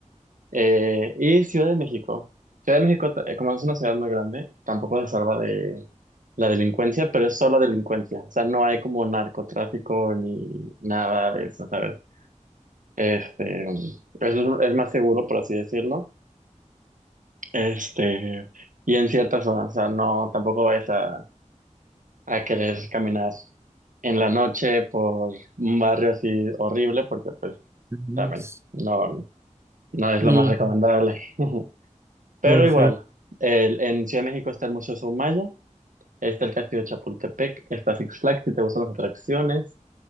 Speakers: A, on the right (about 80°); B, on the right (about 20°).
A: Eh, y Ciudad de México. Ciudad de México, ta- eh, como es una ciudad muy grande, tampoco se salva de la delincuencia, pero es solo delincuencia. O sea, no hay como narcotráfico ni nada de eso, ¿sabes? Este, es, es más seguro, por así decirlo. Este, y en ciertas zonas, o sea, no, tampoco vayas a, a querer caminar en la noche por un barrio así horrible, porque pues
B: Luis,
A: también no, no es
B: y
A: lo más recomendable. <laughs> Pero
B: perfecto.
A: igual, el- en Ciudad de México está el Museo Soumaya, está el Castillo de Chapultepec, está Six Flags, si te gustan las atracciones.